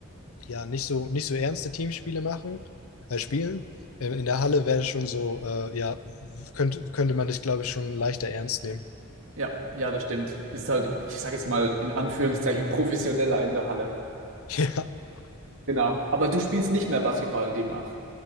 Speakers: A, on the left (about 65°); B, on the right (about 60°).
A: ja, nicht so, nicht so ernste Teamspiele machen, äh, spielen. Äh, in der Halle wäre es schon so, äh, ja, könnte, könnte man das, glaube ich, schon leichter ernst nehmen.
B: Ja, ja, das stimmt. Ist halt, ich sage jetzt mal in Anführungszeichen, professioneller in der Halle.
A: <laughs> Ja,
B: Genau. Aber du spielst nicht mehr Basketball demnach.